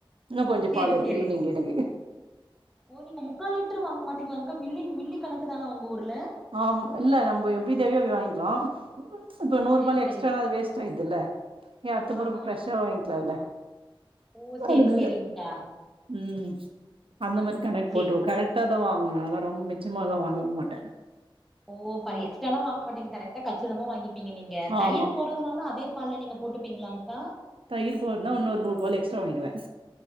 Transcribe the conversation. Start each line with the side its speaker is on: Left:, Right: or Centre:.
Right: இன்னும் கொஞ்சம்
Centre: சேரி
Right: பால் இருக்கு
Centre: சேரிங்
Right: ஈவினிங் எனக்கு
Centre: ஓ நீங்க முக்கால் லிட்டர் வாங்க மாட்டீங்களக்கா மில்லி மில்லி கணக்கு தானா உங்க ஊர்ல
Right: ஆம் இல்ல நம்ப எப்டி தேவையோ அப்டி வாங்கிக்கலாம் இப்போ
Centre: ஓ
Right: நூறுபால்
Centre: சேரி
Right: எக்ஸ்ட்னா
Centre: சேரிங்
Right: அது வேஸ்ட் ஆயிருதுல்ல ஏன் அடுத்த முற
Centre: ஆமா ஆமா
Right: ப்ரஷா வாங்கிக்கலாம்ல்ல
Centre: ஓ சேரி
Right: அதனால
Centre: சேரிங்க்கா
Right: ம் அந்த மாரி கணக்கு
Centre: சேரி
Right: போட்டுவோம் கரெட் டாதான் வாங்குவேன் நாலா ரொம்ப மிச்சமாலா வாங்கவும் மாட்ட
Centre: ஓ பாரி எக்ஸ்டால்லாம் வாங்க மாட்டிங்க கரெட்டா கச் சிதமா வாங்கிப்பீங்க நீங்க தயிரு
Right: ஆமா
Centre: போறதுனால அதே பால்ல நீங்க போட்டுப்பீங்களாங்க்கா
Right: தயிரு போறனா இன்னொரு நூறுபால் எக்ஸ்ட்ரா வாங்கிடுவன்